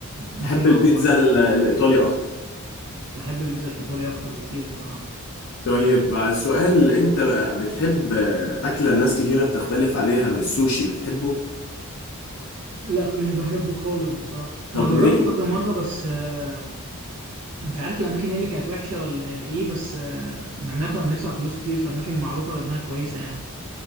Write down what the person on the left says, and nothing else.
بحب
البيتزا
ال- الايطالي اكتر
طيب سؤال انت بقى بتحب اكلة ناس كتيرة بتختلف عليها بالسوشي بتحبه
طب
ليه